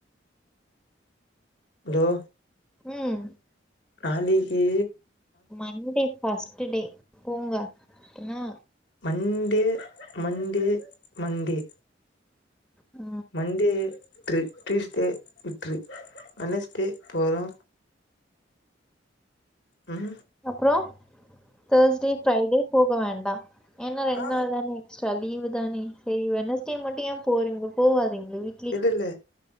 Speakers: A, on the left; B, in the centre.
A: அலோ
B: ம்
A: நாளிக்கு
B: மண்டே ஃபஸ்ட்டு டே போங்க எனா
A: மண்டே மண்டே மண்டே
B: அ
A: மண்டே விட்று டுயூஸ்டே விட்று வெனஸ்டே போறோ ம்
B: அப்பறோ தேர்ஸ்டே ஃப்ரைடே போக வேண்டா ஏனா ரெண்டு
A: ஆ
B: நாள் தானே எக்ஸ்ட்டா லீவ் தானே செரி வெனஸ்டே மட்டு ஏ போறீங்க போவாதிங்க வீ
A: இல்ல இல்ல